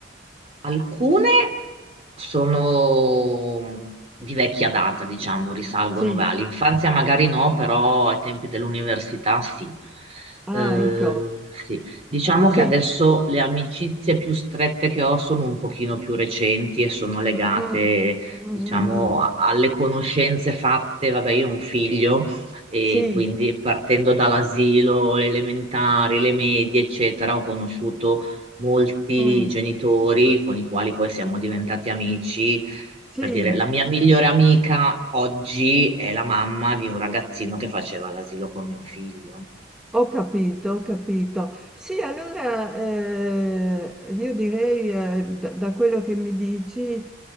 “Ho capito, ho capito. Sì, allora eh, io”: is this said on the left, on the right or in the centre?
Centre